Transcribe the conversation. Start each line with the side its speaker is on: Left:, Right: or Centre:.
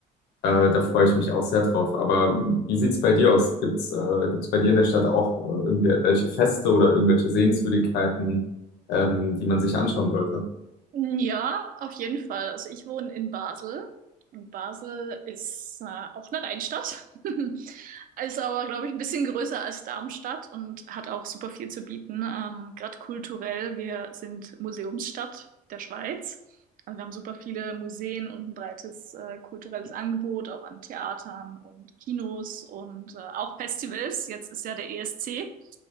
Left: Äh, da freue ich mich auch sehr drauf. Aber ähm, wie sieht's bei dir aus? Gibt's, äh, gibt's bei dir in der Stadt auch äh, irgendwelche Feste oder irgendwelche Sehenswürdigkeiten, ähm, die man sich anschauen sollte?
Right: Ja, auf jeden Fall. Also ich wohne in Basel und Basel ist äh, auch eine Rheinstadt, <laughs> ist aber, glaube ich, ein bisschen größer als Darmstadt und hat auch super viel zu bieten. Ähm, gerade kulturell, wir sind Museumsstadt der Schweiz. Also wir haben super viele Museen und ein breites äh, kulturelles Angebot, auch an Theatern und Kinos und äh, auch Festivals. Jetzt ist ja der ESC.